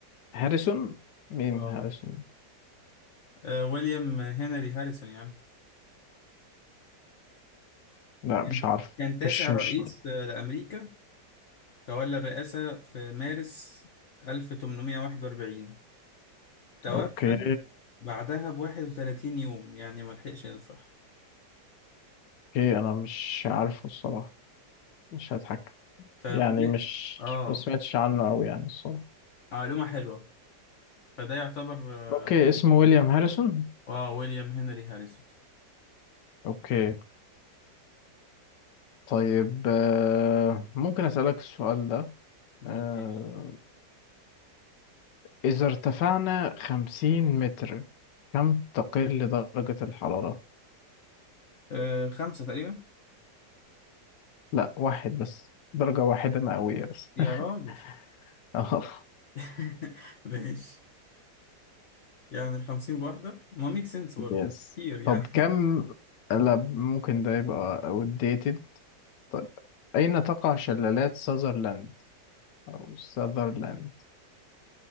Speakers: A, on the left (about 80°); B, on the left (about 50°).
A: هاريسون مين
B: اه
A: هاريسون
B: آه، ويليام هنري هاريسون يا عم
A: لا
B: كان
A: مش عارف
B: كان تاسع
A: مش
B: رئيس
A: مش
B: آه، لأمريكا تولى الرئاسة في مارس 1841 توفى
A: اوكي
B: بعدها ب 31 يوم يعني ما لحقش يفرح
A: اوكي انا مش عارفه الصراحه مش هضحك
B: ف
A: يعني مش
B: اه
A: ما سمعتش عنه قوي يعني الصراحه
B: معلومة حلوة فده يعتبر
A: اوكي
B: اه
A: اسمه ويليام هاريسون
B: آه، ويليام هنري هاريسون
A: اوكي طيب آه، ممكن اسالك السؤال ده
B: ماشي
A: آه، اذا ارتفعنا خمسين متر كم تقل درجة الحرارة
B: آه خمسة تقريبا
A: لا واحد بس درجة واحدة مئوية بس
B: يا راجل
A: <laughs> اه
B: <laughs> ماشي يعني الخمسين بواحدة ما ميك سنس برضه
A: يس
B: كتير يعني
A: طب كم لا ممكن ده يبقى outdated طب أين تقع شلالات ساذرلاند أو ساذرلاند